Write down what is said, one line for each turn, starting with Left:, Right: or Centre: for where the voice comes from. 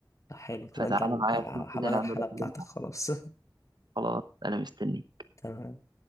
Left: طب حلو كده
Right: فتعالى
Left: انت ال-
Right: معايا بكرة
Left: هبقى
Right: كده نعملها
Left: انا الحالة بتاعتك
Right: كده
Left: خلاص <laughs>
Right: خلاص أنا مستنيك
Left: تمام